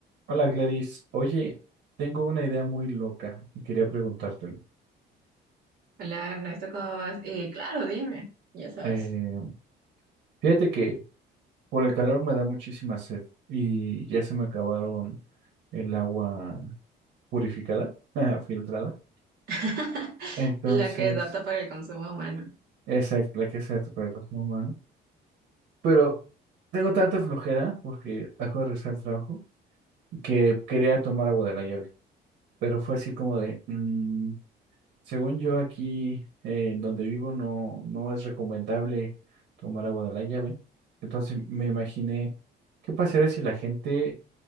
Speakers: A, on the right (about 75°); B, on the right (about 60°).
A: Hola Gladys, oye, tengo una idea muy loca y quería preguntártela.
B: Hola Ernesto, ¿cómo vas? Eh, claro, dime, ya sabes.
A: Eh, fíjate que por el calor me da muchísima sed y ya se me acabaron el agua purificada, <laughs> ajá, filtrada.
B: <laughs>
A: Entonces,
B: La que es apta para el consumo humano.
A: exacto, la que se hace para el consumo humano. Pero tengo tanta flojera porque acabo de regresar al trabajo que quería tomar agua de la llave. Pero fue así como de, "Mm, Según yo aquí, eh, en donde vivo, no, no es recomendable tomar agua de la llave. Entonces me imaginé qué pasaría si la gente